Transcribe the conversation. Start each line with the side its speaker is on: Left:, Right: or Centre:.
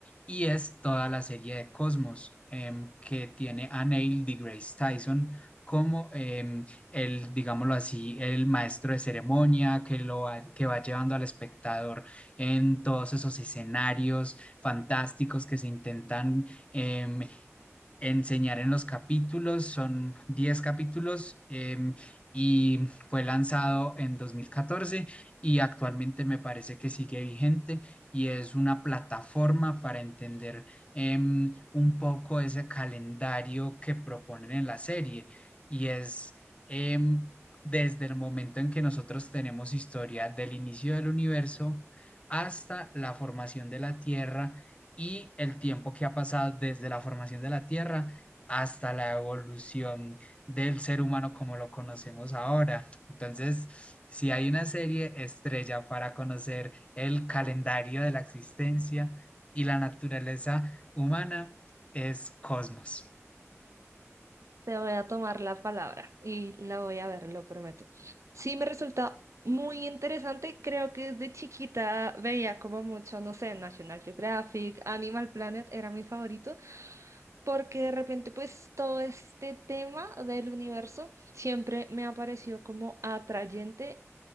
Left: Y es toda la serie de Cosmos em, que tiene a Neil deGrasse Tyson como em, el, digámoslo así, el maestro de ceremonia que, lo va- que va llevando al espectador en todos esos escenarios fantásticos que se intentan em, enseñar en los capítulos, son diez capítulos em, y fue lanzado en 2014 y actualmente me parece que sigue vigente y es una plataforma para entender em, un poco ese calendario que proponen en la serie y es... em, desde el momento en que nosotros tenemos historia del inicio del universo hasta la formación de la Tierra y el tiempo que ha pasado desde la formación de la Tierra hasta la evolución del ser humano como lo conocemos ahora. Entonces, si hay una serie estrella para conocer el calendario de la existencia y la naturaleza humana, es Cosmos.
Right: Te voy a tomar la palabra y la voy a ver, lo prometo. Sí, me resulta muy interesante. Creo que desde chiquita veía como mucho, no sé, National Geographic, Animal Planet era mi favorito. porque de repente pues todo este tema del universo siempre me ha parecido como atrayente